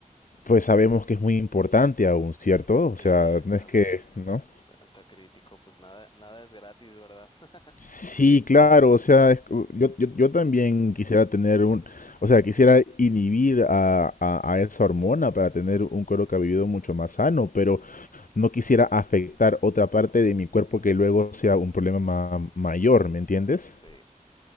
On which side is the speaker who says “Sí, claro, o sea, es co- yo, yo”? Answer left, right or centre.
Left